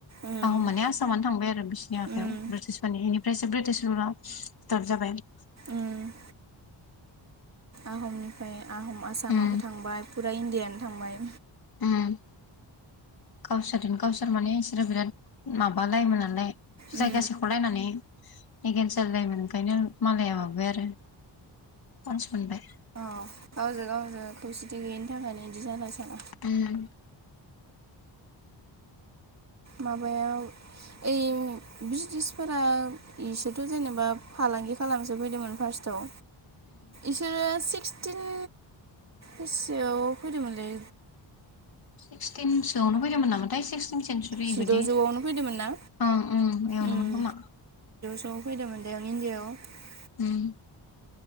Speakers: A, on the right; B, on the left.
A: उम
B: आहम माने आसामानो थांबाय आरो बिसोरनि आखायाव
A: उम
B: ब्रिटिसफोरनि इनिफ्रायसो ब्रिटिस <unintelligible>
A: उम आहमनिफ्राय आहम आसामाबो
B: उम
A: थांबाय फुरा इण्डियानो थांबाय
B: उम गावसोरजों गावसोर माने बिसोरो बिराद माबालायोमोन नालाय
A: उम
B: जायगा सेख'लायनानै एगेन्स्ट जालायलायोमोन ओंखायनो मालाया माबाय आरो चान्स मोनबाय।
A: अ गावजों गावजों खौसेथि गैयिनि थाखायनो बिदि जाबाय सान।
B: उम।
A: माबायाव ओइ ब्रिटिसफोरा इसोरथ' जेनेबा फालांगि खालामनोसो फैदोंमोन फार्स्टआव इसोरो सिखस तिन बेसयाव फैदोंमोनलै!
B: सिक्सटिनसोआवनो फैदोंमोन नामाथाय सिक्स सेनसुरि
A: जिद'जौआवनो
B: बादि
A: फैदोंमोन ना
B: ओ ओम एवनो
A: उम
B: मोन खोमा!
A: <unintelligible>
B: ओम।